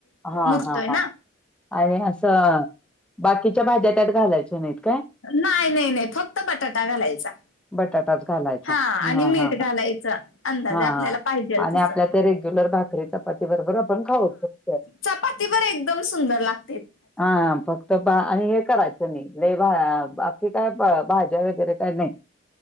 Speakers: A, in the centre; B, on the left.
A: हा
B: मुरतोय
A: हा
B: ना.
A: हा आणि असं बाकीच्या भाज्या त्यात घालायच्या नाहीत काय,
B: नाही नाही नाही, फक्त बटाटा घालायचा
A: बटाटाच घालायचा
B: हा आणि
A: ह
B: मीठ
A: ह
B: घालायचं अंदाजे
A: हा
B: आपल्याला पाहिजेल
A: आणि
B: तसं.
A: आपल्या ते रेग्युलर भाकरी चपाती बरोबर आपण खाऊ शकतोय
B: चपातीबर एकदम सुंदर लागतं
A: हा हा फ तर बा आणि हे करायचं नाही, लई बा बाकी काय भाज्या वगैरे काय नाही